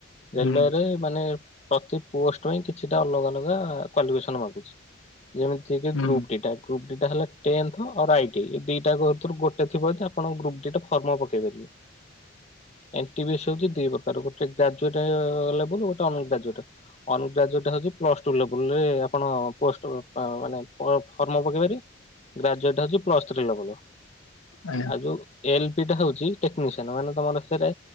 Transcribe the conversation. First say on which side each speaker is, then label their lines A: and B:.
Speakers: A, on the left; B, on the left.
A: ରେଲ୍ୱରେ
B: ହୁଁ
A: ମାନେ ପ୍ରତି ପୋଷ୍ଟ ପାଇଁ କିଛିଟା ଅଲଗା ଅଲଗା କ୍ୱାଲିଫିକେସନ ମାଗୁଛି, ଯେମିତି ସେ ଯିଏ
B: ହୁଁ
A: ଗ୍ରୁପ ଡି ଟା ଗ୍ରୁପ ଡି ଟା ହେଲା ଟେନ୍ଥ ଆଉ ଆଇ ଟି ଆଇ ଦିଟାରୁ ଗୋଟେ ସେଥିପ୍ରତି ଆପଣଙ୍କୁ ଗ୍ରୁପ ଡି ଟା ଫର୍ମ ପକେଇବେ, ଏନଟିପିସି ହେଉଛି ଦି ପ୍ରକାର ଗୋଟ ଗ୍ରାଜୁଏଟ ଲେବେଲ ଗୋଟେ ଅନଗ୍ରାଜୁଏଟ। ଅନୁଗ୍ରାଜୁଟ ହେଉଛି ପ୍ଲସ ଟୁ ଲେବଲରେ ଆପଣ ପଷ୍ଟ ଉ ମାନେ ଫର୍ମ ପକେଇ ପାରିବେ। ଗ୍ରାଜୁଏଟ୍ ହଉଛି ପ୍ଲସ୍ ଥ୍ରୀ ଲେବଲର
B: ଆଜ୍ଞା
A: ଆଉ ଯୋଉଁ ଏ ଏଲ୍ ପି ଟା ହେଉଛି ଟେକନିସିଆନ୍ ମାନେ ତମର ସେଟା